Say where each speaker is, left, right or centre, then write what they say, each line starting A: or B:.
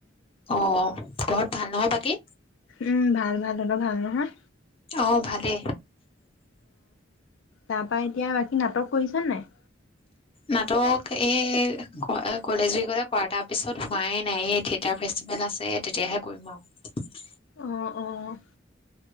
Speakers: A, on the left; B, on the left.
A: অ ঘৰত ভাল নহয় বাকী?
B: উম ভাল ভাল তহঁতৰ ভাল নহয়?
A: অহ ভালেই।
B: তাৰ পৰাা এতিয়া বাকী নাটক কৰিছ নাই?
A: নাটক এই কলেজ উইকেটতে কৰা, তা পিছত হোৱাই নাই এই থিয়েটাৰ ফেষ্টিভেল আছে তেতিয়াহে কৰিম আৰু
B: অহ অ।